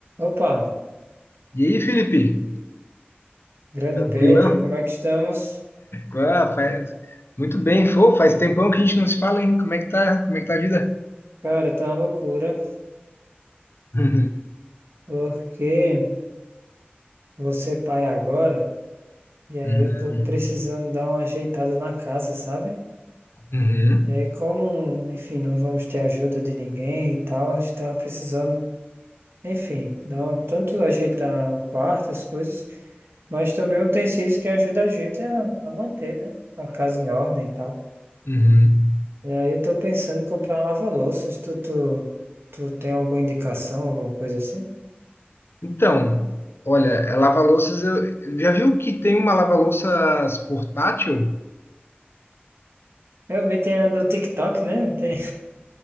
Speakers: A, on the right; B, on the left.
A: Opa,
B: E aí, Felipe?
A: grande
B: Tranquilão?
A: Pedro, como é que estamos?
B: Ah, faz... Muito bem, pô, faz tempão que a gente não se fala, hein? Como é que tá? Como é que tá a vida?
A: Cara, tá uma loucura,
B: <laughs>
A: porque você é pai agora, e aí
B: Uhum.
A: eu tô precisando dar uma ajeitada na casa, sabe?
B: Uhum. Uhum.
A: E aí, como, enfim, não vamos ter ajuda de ninguém e tal, a gente tava precisando, enfim, dar um, tanto ajeitar o quarto, as coisas, mas também utensílios que ajudam a gente a, a manter, né? A casa em ordem e tal.
B: Uhum.
A: E aí eu tô pensando em comprar lava-louças, tu, tu, tu tem alguma indicação, alguma coisa assim?
B: Então, olha, é, lava-louças, eu... já viu que tem uma lava-louças portátil?
A: Eu vi, tem a do TikTok, né? Tem,